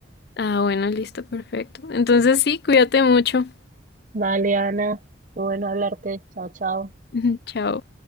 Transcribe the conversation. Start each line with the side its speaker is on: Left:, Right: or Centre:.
Left: Ah, bueno, listo, perfecto. Entonces sí, cuídate mucho.
Right: Vale, Ana, muy bueno hablarte. Chao, chao.
Left: <laughs> Chao.